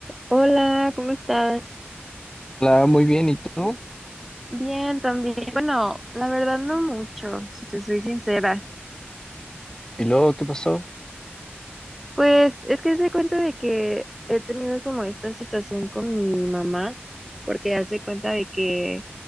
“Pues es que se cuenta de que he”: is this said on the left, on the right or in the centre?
Centre